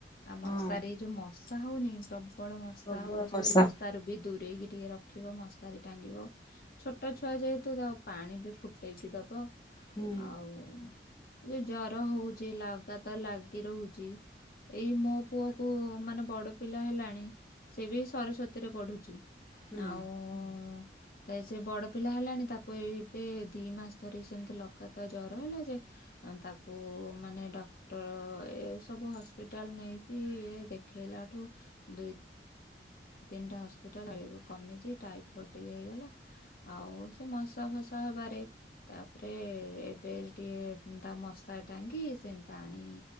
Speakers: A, on the left (about 55°); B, on the left (about 25°).
A: ଆଉ
B: ହଁ
A: ମଶାରେ ଏଇ ଯୋଉ ମଶା ହଉନି ପ୍ରବଳ ମଶା
B: ପ୍ରବଳ
A: ହଉଛି
B: ବର୍ଷା
A: ମଶାରୁ ବି ଦୂରେଇକି ଟିକେ ରଖିବ ମସାରି ଟାଙ୍ଗିବ। ଛୋଟ ଛୁଆ ଯେହେତୁ ତା ପାଣି ବି ଫୁଟେଇକି ଦବ
B: ହୁଁ
A: ଆଉ ଜର ହଉଛି ଲଗାତର ଲାଗି ରହୁଛି ଏଇ ମୋ ପୁଅ କ ମାନେ ବଡ ପିଲା ହେଲାଣି ସେ ବି ସରସ୍ଵତୀ ରେ ପଢୁଛି।
B: ହୁଁ
A: ଆଉ ତ ସେ ବଡ ପିଲା ହେଲାଣି ତାକୁ ଏବେ ଦି ମାସ ଧରି ସେମିତି ଲଗାତ ଜର ହେଲା ଯେ ତାକୁ ମାନେ ଡ ଏ ସବୁ ହସ୍ପିଟାଲ ନେଇକି ଏ ଦେଖେଇଲାଠୁ ଦୁଇ ତିନିଟା ହସ୍ପିଟାଲ କମିଛି ଟାଇଫଏଡ ଟିକେ ହେଇଗଲା। ଆଉ ସେ ମଶା ଫସା ହବାରେ ତାପରେ ଏବେ ଟିକେ ତା ମଶା ଟାଙ୍ଗି ସେ ପାଣି